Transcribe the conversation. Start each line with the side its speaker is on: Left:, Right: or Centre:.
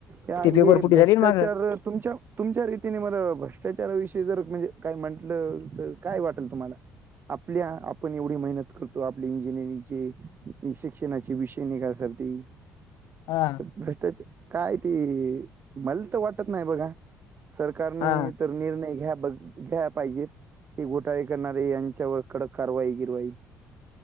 Right: या
Left: ते
Right: हे
Left: पेपर फुटी
Right: भ्रष्टाचार
Left: झाली ना माग
Right: तुमच्या तुमच्या रीतीने मग भ्रष्टाचाराविषयी जर म्हणजे काय म्हंटलं तर काय वाटेल तुम्हाला? आपल्या आपण एवढी मेहनत करतो आपली इंजिनिअरिंगची शिक्षणाची विषय निघासाठी.
Left: हा.
Right: तर भ्रष्टाचार काय ते मला तर वाटत नाही बघा सरकारने
Left: हा
Right: तर निर्णय घ्या बघ घ्या पाहिजेत हे घोटाळे करणारे यांच्यावर कडक कारवाई गिरवाई.